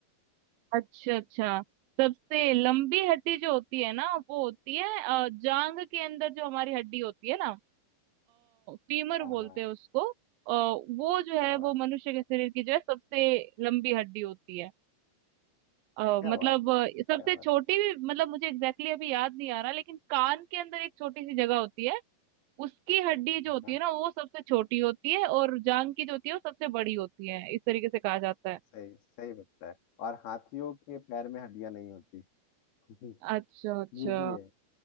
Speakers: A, on the right; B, on the left.
A: अच्छा अच्छा सबसे लंबी हड्डी जो होती है ना वो होती है अ, जांग के अंदर जो हमारी हड्डी होती है ना फीमर
B: हाँ
A: बोलते
B: हाँ
A: हैं उसको अ, वो जो है
B: क्या बात
A: वो मनुष्य
B: है,
A: के शरीर की जो है सबसे लंबी हड्डी होती है अ,
B: क्या
A: मतलब
B: बात
A: अ, सबसे
B: क्या बात
A: छोटी भी मतलब मुझे एग्जैक्टली exactly अभी याद नहीं आ रहा लेकिन कान के अंदर एक छोटी सी जगह होती है उसकी हड्डी जो होती
B: हाँ
A: है ना वो सबसे छोटी होती है और जांग की जो होती है वो सबसे बड़ी होती है इस तरीके से कहा जाता है
B: सही सही बताया है और हाथियों के पैर में हड्डियां नहीं होती <laughs>
A: अच्छा अच्छा
B: ये भी है